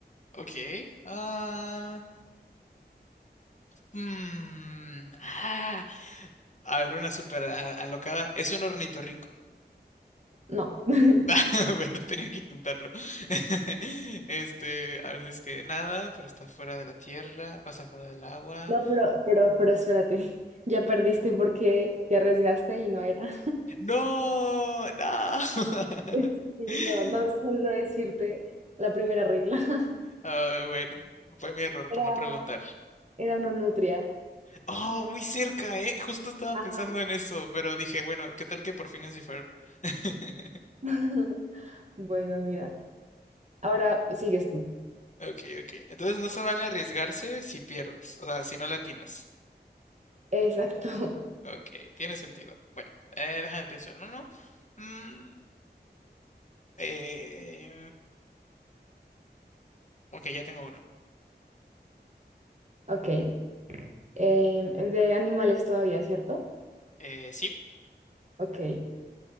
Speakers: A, on the left; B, on the right.
A: Ok. Ah, mm, ah. A ver, una súper a- alocada. Es un ornitorrinco.
B: No. <laughs>
A: <laughs> Bueno, tenía que intentarlo. <laughs> Este, a ver, es que nada, pero está fuera de la tierra, o sea, fuera del agua.
B: No, pero, pero, pero espérate. <laughs> Ya perdiste porque te arriesgaste y no era.
A: ¡No! ¡No! <laughs>
B: <laughs> Sí, no, no solo decirte la primera regla. <laughs>
A: Ah, bueno, fue mi error
B: Era,
A: por no preguntar.
B: era una nutria.
A: ¡Oh, muy cerca, eh! Justo estaba
B: Ajá.
A: pensando en eso, pero dije, bueno, ¿qué tal que por fin es Ferb? <laughs>
B: <laughs> Bueno, mira. Ahora sigues tú.
A: Ok, ok. Entonces no se vale arriesgarse si pierdes, o sea, si no le atinas.
B: Exacto. <laughs>
A: Ok, tiene sentido. Bueno, eh, déjame pensar en uno. Mm, eh, ok, ya tengo uno.
B: Ok. Em, de animales todavía, ¿cierto?
A: Eh, sí,
B: Ok.